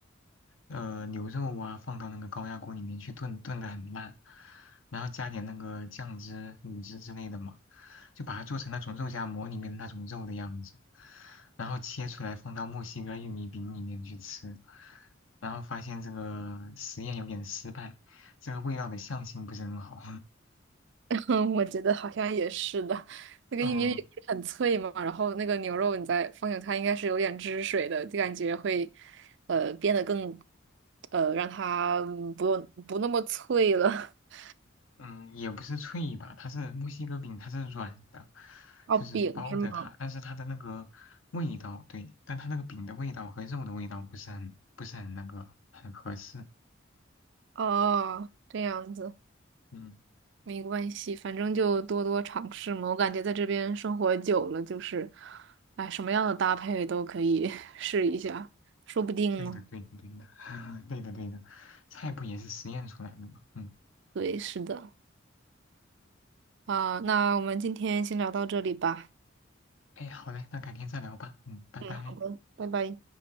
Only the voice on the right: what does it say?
<laughs> 嗯我觉得好像也是的，那个玉米饼不是很脆嘛，
然后那个牛肉你再放进它应该是有点汁水的，就感觉会呃变得更呃让它嗯不用不那么脆了。<laughs>
哦，
饼是吗？
哦，这样子。
没关系，反正就多多尝试嘛。我感觉在这边生活久了，就是，哎，什么样的搭配都可以 <laughs> 试一下，说不定呢。
对，是的。啊，那我们今天先聊到这里吧。
嗯，好的，拜拜。